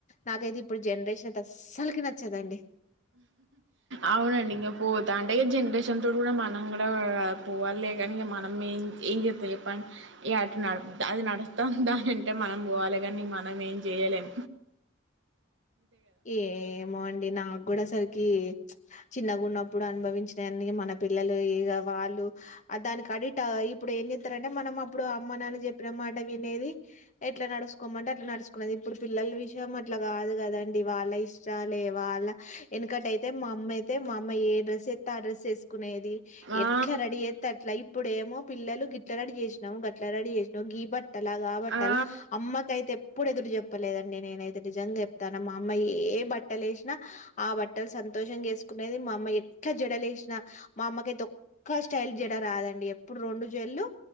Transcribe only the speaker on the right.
అవునండి ఇంగ పోతా ఉంటే జనరేషన్ తో గూడా మన మనం గూడా పోవాలే కానీ మనం ఏం ఏం జేత్తం చెప్పండి ఇగ అట్ల న అది నడు మొత్తం దానింటే మనం బోవాలి గానీ మనం ఏం జేయలేం
ఆ
ఆ